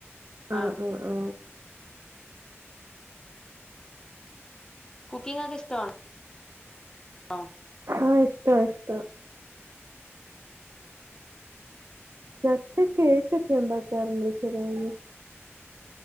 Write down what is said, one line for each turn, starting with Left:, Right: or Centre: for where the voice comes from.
Right: ആ
Left: ആഹ്
Right: ആ ആ
Left: കുക്കിംഗ് ഒക്കെ ഇഷ്ട ണോ
Right: ആ ഇഷ്ട ഇഷ്ട ചക്ക കേക്കൊക്കെ ഉണ്ടാക്കാറണ്ട് ചേലേന്ന്